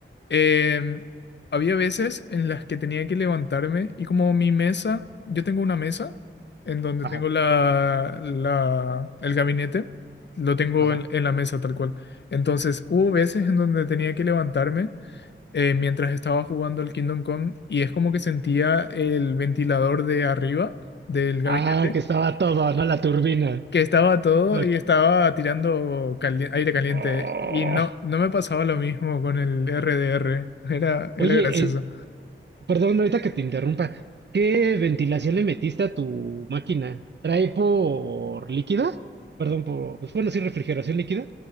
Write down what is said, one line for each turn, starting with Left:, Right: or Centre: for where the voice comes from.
Left: Em, había veces en las que tenía que levantarme y como mi mesa, yo tengo una mesa en donde
Right: ajá,
Left: tengo la, la- el gabinete, lo tengo
Right: ajá.
Left: en, en la mesa tal cual. Entonces hubo veces en donde tenía que levantarme eh, mientras estaba jugando al Kingdom Come y es como que sentía el ventilador de arriba del
Right: Ah,
Left: gabinete
Right: que estaba todo, ¿no? La turbina.
Left: que estaba todo
Right: La-
Left: y estaba tirando cali- aire caliente
Right: ¡Oh!
Left: y no, no me pasaba lo mismo con el RDR, era, era
Right: Oye,
Left: gracioso.
Right: eh, perdón, ahorita que te interrumpa. ¿Qué ventilación le metiste a tu máquina? ¿Trae por líquida? Perdón, por... pues, bueno, sí, refrigeración líquida.